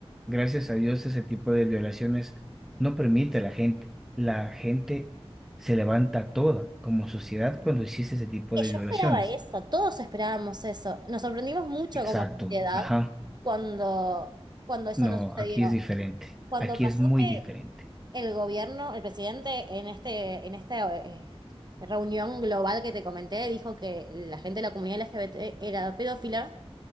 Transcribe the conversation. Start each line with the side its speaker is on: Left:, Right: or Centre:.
Centre: gracias a Dios, ese tipo de violaciones no permite a la gente. La gente se levanta toda como sociedad cuando existe ese tipo
Right: Que
Centre: de
Right: yo
Centre: violaciones.
Right: esperaba eso, todos esperábamos eso. Nos sorprendimos mucho
Centre: Exacto,
Right: como sociedad
Centre: ajá.
Right: cuando, cuando eso
Centre: No,
Right: no sucedió.
Centre: aquí es diferente,
Right: Cuando
Centre: aquí
Right: pasó
Centre: es muy
Right: que
Centre: diferente.
Right: El gobierno, el presidente en este, en esta eh, reunión global que te comenté dijo que la gente de la comunidad LGBT era pedófila.